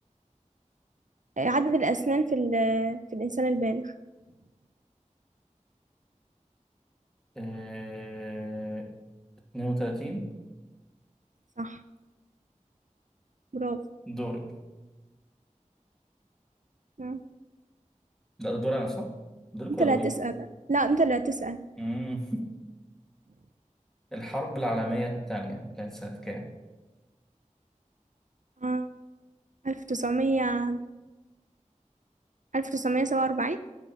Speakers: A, on the right; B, in the centre.
A: عدد الاسنان في ال- آه، في الانسان البالغ
B: آه... 32
A: صح برافو
B: دورك
A: آه.
B: لا ده دول انا صح دولك
A: انت
B: ولا
A: اللي
B: دولي
A: هتسأل لا انت اللي هتسأل
B: مم. <laughs> الحرب العالمية الثانية كانت سنة كام؟
A: آه، 1900 1947